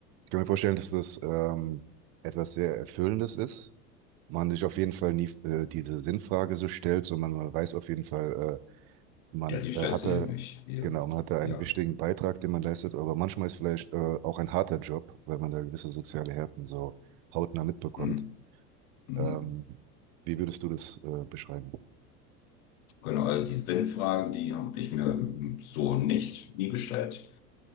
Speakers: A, on the right; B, on the left.
A: ich kann mir vorstellen, dass das ähm, etwas sehr Erfüllendes ist. Man sich auf jeden Fall nie äh, diese Sinnfrage so stellt, sondern man weiß auf jeden Fall, äh, man
B: ja, die
A: äh,
B: stellst
A: hat
B: du
A: da,
B: dir nicht. Ja,
A: genau, man hat da einen
B: ja.
A: wichtigen Beitrag, den man leistet, aber manchmal ist vielleicht äh, auch ein harter Job, weil man da gewisse soziale Härten so hautnah mitbekommt.
B: mm, mm.
A: Ähm, wie würdest du das äh, beschreiben?
B: Genau, also die Sinnfragen, die habe ich mir mm, so nicht nie gestellt.